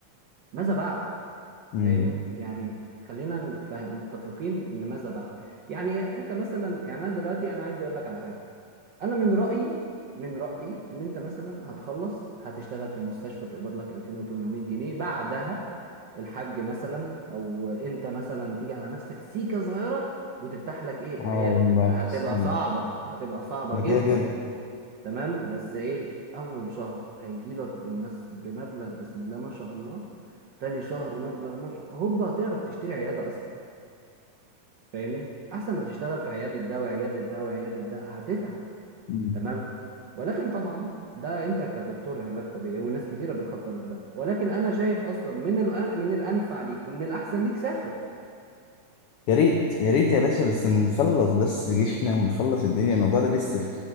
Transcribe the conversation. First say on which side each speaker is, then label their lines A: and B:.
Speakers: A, on the right; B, on the left.
A: ماذا بعد
B: امم
A: فاهمني يعني خلينا نفهم- متفقين ان ماذا بعد يعني انت مثلا يعني انا دلوقتي انا عايز اقول لك على حاجه انا من رايي من رايي ان انت مثلا هتخلص هتشتغل في مستشفى تقبض لك 2800 جنيه بعدها الحاج مثلا او انت مثلا تيجي على نفسك سيكه صغيره وتفتح لك ايه
B: اه
A: عياده
B: المركز
A: هتبقى
B: امم
A: صعبه هتبقى صعبه
B: ده
A: جدا
B: كده كده
A: تمام بس ايه اول شهر هيجي لك بمس... بمبلغ بسم الله ما شاء الله تاني شهر مبلغ ما شاء هوبا هتعرف تشتري عياده اصلا فاهمني احسن ما تشتغل في عياده ده وعياده ده وعياده ده هتتعب
B: امم
A: تمام ولكن طبعا ده انت كدكتور علاج طبيعي وناس كتيره بتخطط لده ولكن انا شايف اصلا من الأن... من الانفع ليك ومن الاحسن ليك سافر
B: يا ريت يا ريت يا باشا بس نخلص بس جيشنا ونخلص الدنيا الموضوع ده لسه في...